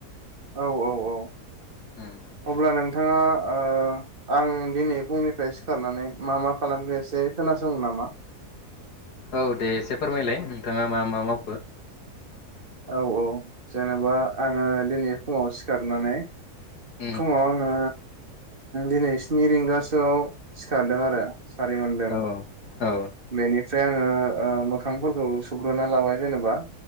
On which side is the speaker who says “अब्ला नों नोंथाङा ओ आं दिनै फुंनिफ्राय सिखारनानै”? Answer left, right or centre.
Right